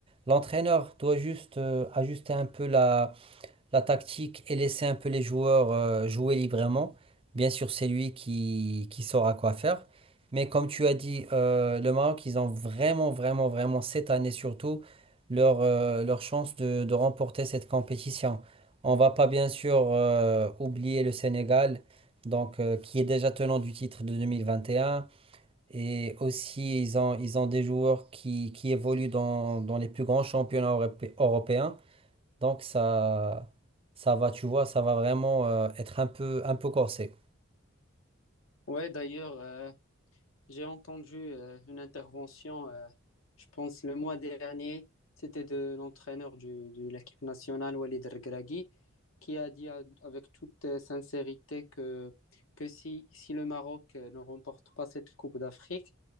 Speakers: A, on the right; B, on the left.
A: L'entraîneur doit juste euh, ajuster un peu la la tactique et laisser un peu les joueurs euh, jouer librement. Bien sûr, c'est lui qui, qui saura quoi faire. Mais comme tu as dit, euh, le Maroc, ils ont vraiment, vraiment, vraiment, cette année surtout, leur, euh, leur chance de, de remporter cette compétition. On va pas bien sûr euh, oublier le Sénégal, donc, euh, qui est déjà tenant du titre de 2021. Et un. Et aussi, ils ont, ils ont des joueurs qui, qui évoluent dans, dans les plus grands championnats europé- européens. Donc ça, ça va, tu vois, ça va vraiment euh, être un peu, un peu corsé.
B: Ouais, d'ailleurs, euh, J'ai entendu euh, une intervention, euh, je pense le mois dernier, c'était de l'entraîneur du- de l'équipe nationale, Walid Regragui, qui a dit à- avec toute euh, sincérité que, que si, si le Maroc euh, ne remporte pas cette Coupe d'Afrique,